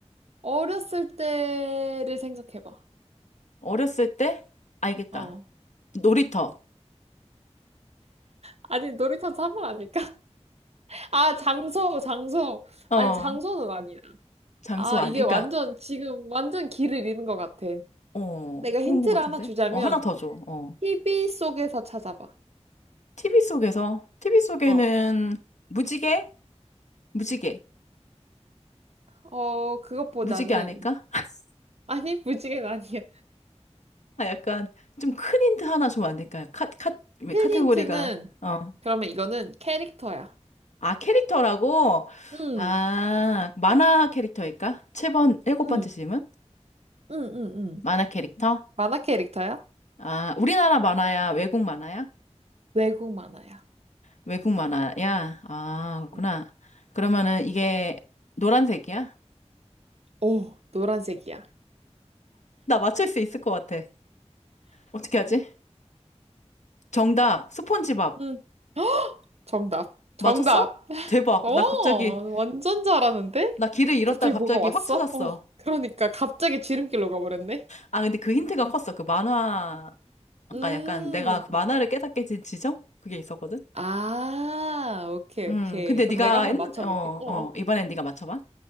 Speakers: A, on the right; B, on the left.
A: 어렸을 때를 생각해봐.
B: 어렸을 때 알겠다.
A: 어.
B: 놀이터.
A: 아니, 놀이터에서 한번 아닐까? <laughs> 아, 장소, 장소.
B: 어.
A: 아니, 장소는 아니야.
B: 장소
A: 아,
B: 아니
A: 이게 완전,
B: 그러니까
A: 지금 완전 길을 잃은 것 같아.
B: 어,
A: 내가
B: 그런
A: 힌트를
B: 것 같은데.
A: 하나 주자면,
B: 어, 하나 더 줘. 어.
A: TV 속에서 찾아봐.
B: TV 속에서, TV 속에는
A: 어.
B: 무지개? 무지개.
A: 어, 그것보다는,
B: 무지개 아닐까? <laughs>
A: 아니, <laughs> 무지개는 아니야.
B: 아, 약간 좀 큰 힌트 하나 주면 안 될까요? 카, 카, 왜
A: 큰
B: 카테고리가,
A: 힌트는,
B: 어.
A: 그러면 이거는 캐릭터야.
B: 아, 캐릭터라고?
A: 응,
B: 아, 만화 캐릭터일까? 7번, 일곱
A: 응,
B: 번째 질문?
A: 응, 응, 응.
B: 만화 캐릭터?
A: 만화 캐릭터야?
B: 아, 우리나라 만화야? 외국 만화야?
A: 외국 만화야.
B: 외국 만화야? 아, 그렇구나.
A: 응.
B: 그러면은 이게 노란색이야?
A: 오, 노란색이야.
B: 나 맞출 수 있을 것 같아. 어떻게 하지? 정답, 스폰지밥.
A: 응. 정답. 정답.
B: 맞췄어? 대박.
A: 어,
B: 나 갑자기,
A: 완전 잘하는데?
B: 나 길을 잃었다가
A: 갑자기
B: 갑자기
A: 뭐가 왔어?
B: 확 찾았어.
A: 어, 그러니까 갑자기 지름길로 가버렸네.
B: 아, 근데 그 힌트가 컸어. 그 만화, 아까
A: 음.
B: 약간 내가 그 만화를 깨닫게 된 지점? 그게 있었거든?
A: 아, 오케이,
B: 음,
A: 오케이.
B: 근데
A: 그럼
B: 네가,
A: 내가 한번
B: 옛-
A: 맞춰볼게.
B: 어,
A: 어,
B: 어,
A: 어.
B: 이번엔 네가 맞춰봐.